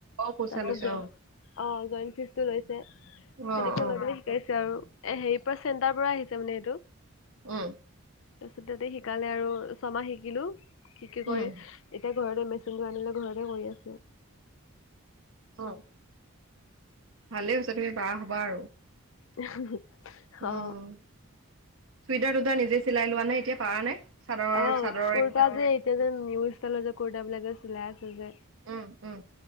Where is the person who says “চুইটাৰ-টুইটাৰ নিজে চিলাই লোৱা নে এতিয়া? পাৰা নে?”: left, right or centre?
Right